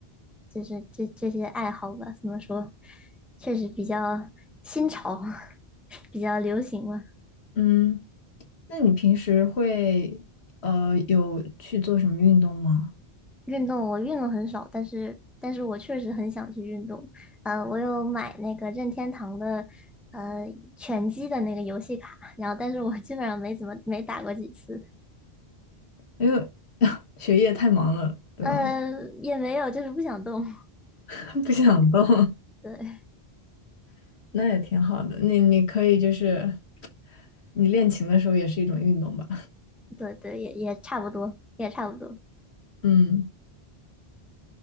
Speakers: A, in the centre; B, on the left.
A: 就是这这些爱好吧，怎么说，确实比较新潮，<laughs> 比较流行吧。
B: 嗯，那你平时会呃有去做什么运动吗？
A: 运动我运动很少，但是但是我确实很想去运动。呃，我有买那个任天堂的呃拳击的那个游戏卡，然后但是我基本上没怎么没打过几次，
B: 因为 <laughs> 学业太忙了，对吗？
A: 呃，也没有就是不想动。<laughs>
B: <laughs> 不想动，
A: 对
B: <laughs> 那也挺好的。你你可以就是你练琴的时候也是一种运动吧？
A: 对对，也也差不多，也差不多。
B: <laughs> 嗯。